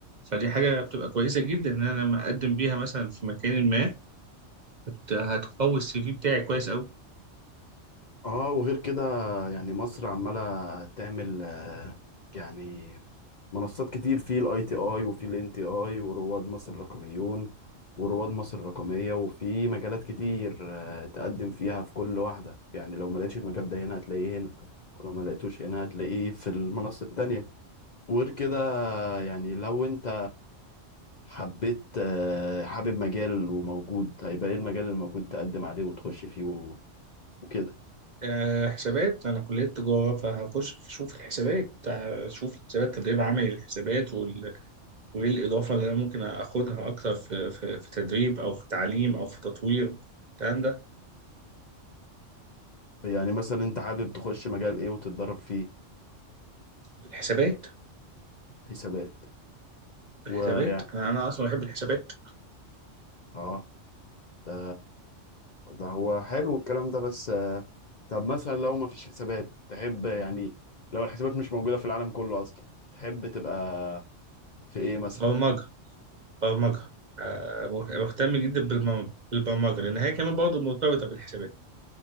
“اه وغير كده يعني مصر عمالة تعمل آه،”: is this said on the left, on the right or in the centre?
Left